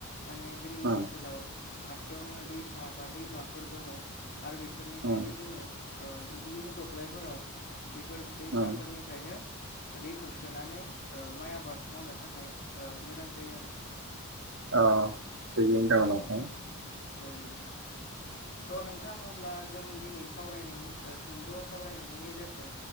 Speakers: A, on the left; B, on the right.
A: माने जोंनि
B: ओम
A: ओनसोलाव खाथियावनो दैसा बा दैमाफोर दङ। आरो बेफोरनिफ्रायनो
B: ओम
A: जोङो ओ दुब्लिनि दब्लायफोराव बेफोर दैसाफोरनि
B: ओम
A: दैखौ सोनानै ओ माइ आबाद मावनो थाखाय ओ मोजां जायो आरो नोंथां।
B: अह
A: औ औ नोंथां थ' नोंथां अब्ला जों दिनैसिम सावरायनायनि सुंद' सावरायनायनि गेजेरजों